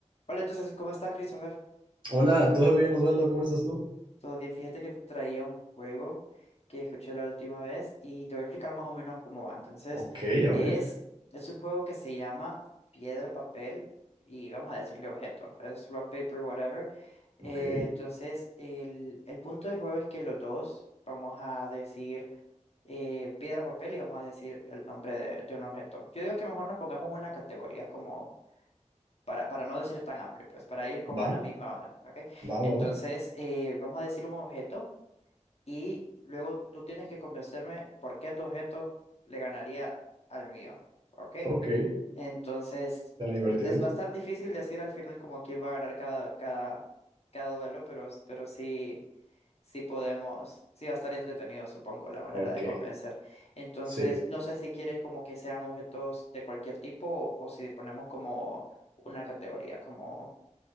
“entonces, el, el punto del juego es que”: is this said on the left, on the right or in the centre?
Left